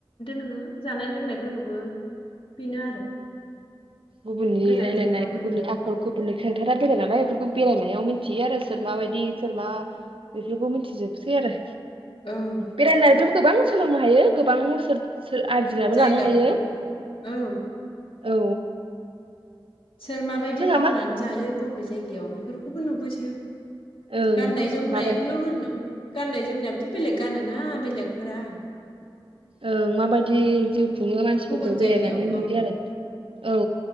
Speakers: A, on the left (about 70°); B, on the right (about 75°).
A: नोङो जानाय लोंनायफोरखौबो बेनो आरो
B: गुबुननि
A: गोजान
B: रायलायनाय
A: जायगायाव
B: गुबुननि
A: बेलेग
B: आखल गुबुननि केरेक्टारा बेलेग नालाय बेफोरखौ बेरायनायाव मिन्थियो आरो सोर मााबायदि सोर मा बेफोरखौ मिथिजोबसै आरो
A: ओं
B: बेरायनानैबो गोबां सोलोंनो हायो गोबां सोर आरजिनाबो
A: जायगाफोर
B: लानो हायो
A: नोबो औ
B: औ
A: सोर माबायदि
B: जोंहा
A: मावनानै
B: मा
A: जायो बबे जायगा बियाव बेफोरखौबो नुबोसो
B: ओं
A: गाननाय जोमनायखौनो
B: माबायदि
A: होनदो गाननाय जोमनायाबथ' बेलेग गानोना बेलेगफोरा
B: ओं माबायदि जिउ खुङो मानसिफोरखौ
A: गुबुन
B: बेरायनानै
A: जायगायाव
B: नुयो आरो औ